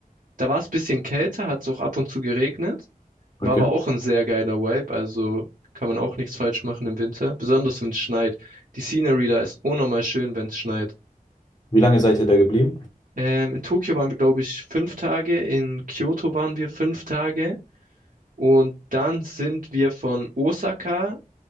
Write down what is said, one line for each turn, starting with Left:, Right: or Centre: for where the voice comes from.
Right: Da war es ein bisschen kälter, hat es auch ab und zu geregnet. War
Left: Okay.
Right: aber auch ein sehr geiler Vibe. Also kann man auch nichts falsch machen im Winter. Besonders wenn es schneit. Die Scenery da ist unnormal schön, wenn es schneit.
Left: Wie lange seid ihr da geblieben?
Right: Ähm, in Tokio waren wir, glaube ich, fünf Tage. In Kyoto waren wir fünf Tage. Und dann sind wir von Osaka